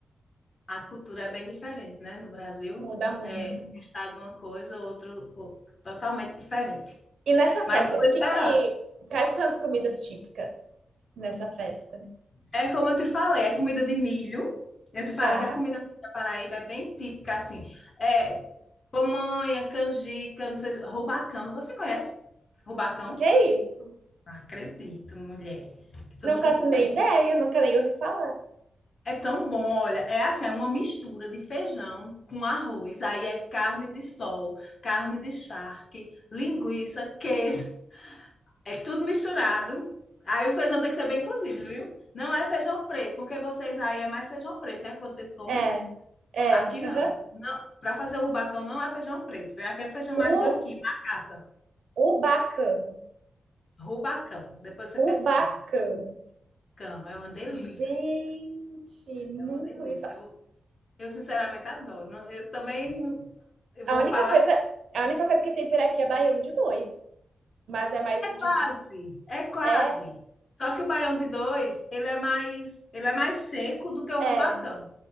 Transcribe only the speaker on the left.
a cultura é bem diferente, né? No Brasil,
é um estado uma coisa, outro o- totalmente diferente.
Mas eu
vou esperar.
É como eu te falei, é comida de milho. Eu te falei
que a comida da Paraíba é bem típica, assim. É pamonha, canjica, não sei, se- rubacão. Você conhece rubacão?
Não acredito, mulher, que tu
nunca
comeu.
É tão bom, olha, é assim, é uma mistura de feijão com arroz, aí é carne de sol, carne de charque, linguiça, queijo, é tudo misturado. Aí o feijão tem que ser bem cozido, viu? Não é feijão preto, porque vocês aí é mais feijão preto, né? Que vocês comem?
Aqui não.
Não, para fazer o rubacão não é feijão preto, é aquele feijão mais
branquinho, macaça,
rubacão. Depois você
pesquisa. Cão, é uma delícia.
É uma delícia.
Eu, eu sinceramente adoro. Não, Eu também não- eu
vou
falar
quase, é quase.
Só que o baião de dois, ele é mais, ele é mais seco do que o
rubacão.